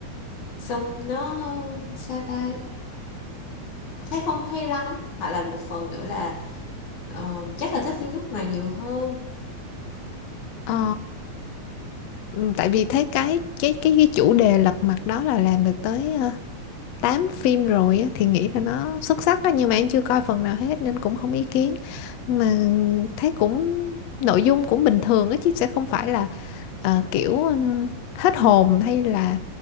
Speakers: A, on the left; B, on the left.
A: xong nó sao ta thấy không hay lắm hoặc là một phần nữa là ờ, chắc là thích phim nước ngoài nhiều hơn
B: Ờ Ừ, tại vì thấy cái cái cái cái chủ đề lật mặt đó là làm được tới uh, 8 phim rồi á, thì nghĩ là nó xuất sắc đó nhưng mà em chưa coi phần nào hết nên cũng không ý kiến Nhưng mà thấy cũng nội dung cũng bình thường á chứ sẽ không phải là ờ, kiểu um, hết hồn hay là